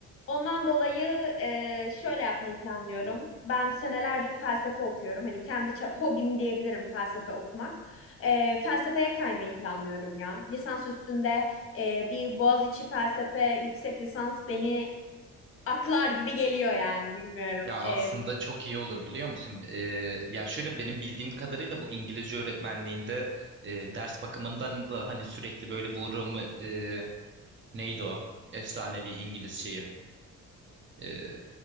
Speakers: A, on the left; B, on the right.
A: Ondan dolayı e, şöyle yapmayı planlıyorum. Ben senelerdir felsefe okuyorum. Hani kendi ça- hobim diyebilirim felsefe okumak. E, felsefeye kaymayı planlıyorum ya. Lisans üstünde e, bir Boğaziçi felsefe yüksek lisans beni aklar gibi geliyor yani bilmiyorum.
B: Ya aslında
A: E,
B: çok iyi olur biliyor musun? Ee, ya şöyle benim bildiğim kadarıyla bu İngilizce öğretmenliğinde e, ders bakımından da hani sürekli böyle bu Roma, e, neydi o? Efsanevi İngiliz şeyi. Ee,